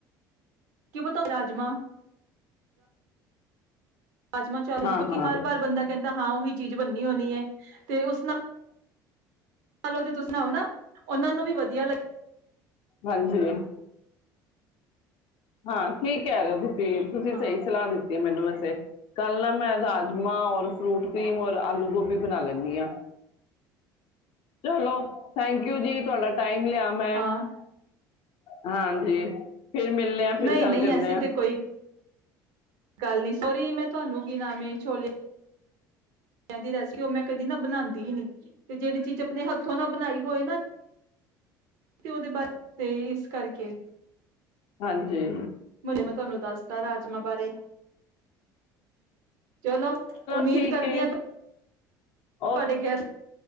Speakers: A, on the right; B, on the left.
A: ਕੀਤਾ ਰਾਜਮਾ ਰਾਮਾ ਚਾ ਕਿਉਂਕ
B: ਹਾਂ ਹਾਂ
A: ਹਰ ਵਾਰ ਬੰਦਾ ਕਹਿੰਦਾ ਹਾਂ ਉਹੀ ਚੀਜ਼ ਬੰਨੀ ਹੋਣੀ ਹੈ, ਤੇ ਉਸ ਨਾਲ ਲੋ ਤੇ ਤੂੰਂ ਸੁਣਾਓ ਨਾ, ਉਹਨਾਂ ਨੂੰ ਵੀ ਵਧੀਆ ਲੱਗ-
B: ਹਾਂਜੀ ਹਾਂ ਠੀਕ ਹੈ ਯਾਰ ਤੇ ਫਿਰ ਤੁਸੀਂ
A: ਹਾਂ।
B: ਸਹੀ ਸਲਾਹ ਦਿੱਤੀ ਮੈਨੂੰ ਵੈਸੇ ਕੱਲ ਨਾ ਮੈਂ ਰਾਜਮਾਂ, ਔਰ ਫਰੂਟ ਕਰੀਮ, ਔਰ ਆਲੂ ਗੋਭੀ ਵੀ ਬਣਾ ਲੈਂਦੀ ਹਾਂ। ਚਲੋ, ਥੈਂਕ ਯੂ ਜੀ ਤੁਹਾਡਾ ਟਾਈਮ ਲਿਆਮੈ
A: ਹਾਂ,
B: ਹਾਂਜੀ ਫਿਰ ਮਿਲਨੇ ਆ ਫਿਰ
A: ਨਹੀਂ,
B: ਗੱਲ
A: ਨਹੀਂ
B: ਕਰਦੇ
A: ਐਸੀੇ
B: ਆ
A: ਤੇ ਕੋਈ ਗੱਲ ਨੀ ਸੋਰੀ, ਮੈਂ ਤੁਹਾਨੂੰ ਕੀ ਨਾਮ ਹੈ ਛੋਲੇ ਦੀ ਰੈਸਪੀ ਉਹ ਮੈਂ ਕਦੀ ਨਾ ਬਣਾਉਂਦੀ ਹੀ ਨੀ, ਤੇ ਜਿਹੜੀ ਚੀਜ਼ ਆਪਣੇ ਹੱਥੋਂ ਨਾ ਬਣਾਈ ਹੋਏ ਨਾ, ਤੇ ਉਹਦੇ ਬਾਸ ਤੇ ਇਸ ਕਰਕੇ
B: ਹਾਂਜੀ
A: ਮੁੜੇ ਮੈਂ ਤੁਹਾਨੂੰ ਦੱਸਦਾ ਰਾਜਮਾਂ ਬਾਰੇ ਚਲੋ ਉਮੀਦ
B: ਠੀਕ
A: ਕਰਦੀ
B: ਏ
A: ਹ ਤੂੰ
B: ਓ
A: ਤੁਹਾਡੇ ਗੈਸ